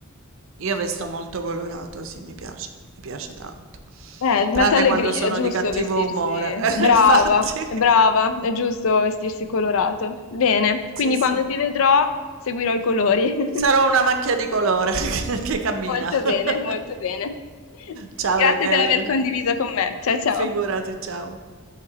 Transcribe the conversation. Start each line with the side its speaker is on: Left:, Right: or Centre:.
Right: Io vesto molto colorato, sì, mi piace, mi piace tanto.
Left: Eh, mette
Right: Tranne
Left: allegria,
Right: quando sono
Left: è giusto
Right: di cattivo
Left: vestirsi.
Right: umore, <laughs>
Left: Brava,
Right: infatti.
Left: è brava, è giusto vestirsi colorato. Bene, quindi
Right: Sì, sì.
Left: quando ti vedrò seguirò i colori. <laughs>
Right: Sarò una macchia di colore <laughs> che cammina.
Left: Molto
Right: <laughs>
Left: bene, molto bene. <laughs>
Right: Ciao
Left: Grazie
Right: Rachele,
Left: per aver condiviso con me. Ciao ciao.
Right: figurati, ciao.